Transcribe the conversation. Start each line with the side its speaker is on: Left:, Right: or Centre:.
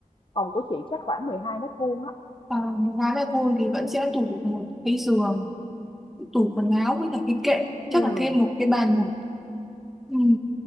Left: Phòng của chị chắc khoảng 12 mét vuông á.
Centre: Ờ, một gái là thôi thì vẫn sẽ tủ được một cái giường tủ quần áo với cả cái kệ
Left: ừ
Centre: chắc là thêm một cái bàn
Left: ừ
Centre: nữa. Ừ.